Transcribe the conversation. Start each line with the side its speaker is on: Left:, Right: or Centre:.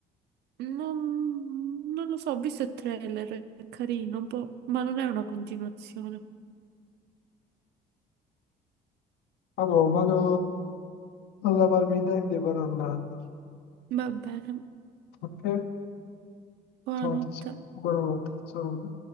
Right: Non, non lo so, ho visto il trailer, è carino un po', ma non è una continuazione.
Left: Allora, vado a lavarmi i denti per un anno.
Right: Va bene,
Left: Ok?
Right: buonanotte.
Left: Ciao, tesoro. Buonanotte, tesoro.